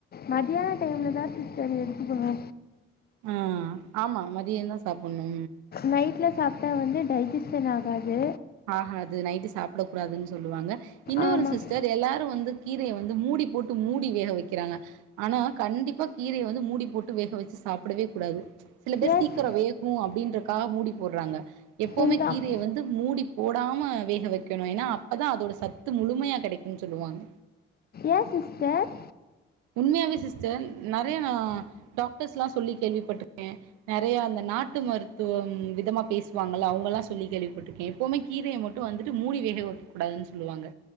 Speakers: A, on the left; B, on the right.
A: மதியான டைம்ல தா சிஸ்டர் எடுத்துக்கனு
B: ஆ ஆமா மதியந்தா சாப்பட்ணு
A: நைட்ல சாப் க வந்து டைஜெஷன் ஆகாது
B: ஆகாது நைட்டு சாப்டக் கூடாதுன்னு சொல்லுவாங்க இன்னொரு
A: ஆமாம்
B: சிஸ்டர் அது எல்லாரு வந்து கீரைய வந்து மூடி போட்டு மூடி வேக வைக்கிறாங்க ஆனா கண்டிப்பா கீரைய வந்து மூடி போட்டு வேக வச்சு சாப்படவே கூடாது சில பேர்
A: எஸ்
B: சீக்கிர வேகு அப்டின்றக்காக மூடி போட்றாங்க எப்பமே
A: எங்கள்
B: கீரைய
A: அம்
B: வந்து மூடி போடாம வேக வைக்கணு ஏன்னா அப்பதா அதோட சத்து முழுமையா கிடைக்குனு சொல்லுவாங்க
A: ஏ சிஸ்டர்
B: உண்மையாவே சிஸ்டர் நெறைய நா டாக்டர்ஸ்ல்லா சொல்லி கேள்விப்பட்ருக்கே நெறைய அந்த நாட்டு மருத்துவம் விதமா பேசுவாங்கல்ல அவுங்கள்லா சொல்லி கேள்விப்பட்ருக்கே எப்புமே கீரைய மட்டு வந்துட்டு மூடி வேக வைக்கக்கூடாதுனு சொல்லுவாங்க